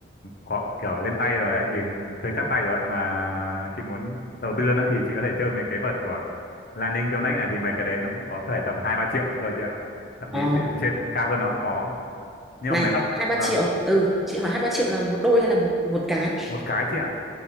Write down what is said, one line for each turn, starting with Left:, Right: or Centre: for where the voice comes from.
Left: có kiểu lên tay rồi ấy thì chơi chắc tay rồi ấy mà chị muốn đầu tư nữa thì chị có thể chơi mấy cái vợt của Lan Ninh Yonex này thì mấy cái đấy nó cũng có thể tầm hai ba triệu cũng rồi chị ạ thậm
Centre: ờ
Left: chí t- trên cao hơn nó cũng có nhưng
Centre: này
Left: mà mấy bạn
Centre: hai ba
Left: vâng
Centre: triệu ừ chị hỏi hai ba triệu là một đôi hay là một một cái
Left: một cái chị ạ